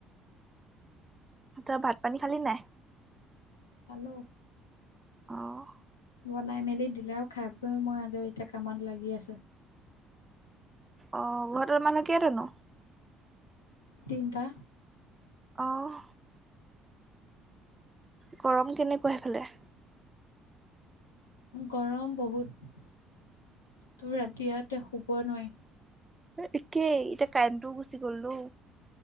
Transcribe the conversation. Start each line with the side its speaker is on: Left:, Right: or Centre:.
Right: তই ভাত পানী খালি নাই।
Left: খালো।
Right: অহ।
Left: বনাই মেলি দিলে আৰু খাই বৈ মই আজৰি এতিয়া কামত লাগি আচো।
Right: অ ঘৰত মানুহ কেইটা নো।
Left: তিনিটা।
Right: অহ। গৰম কেনেকুৱা সেইফালে।
Left: গৰম বহুত তো ৰাতি ইয়াতে শুব নোৱাৰি।
Right: এ একেই এতিয়া কাৰেণ্টোও গুচি গল ও।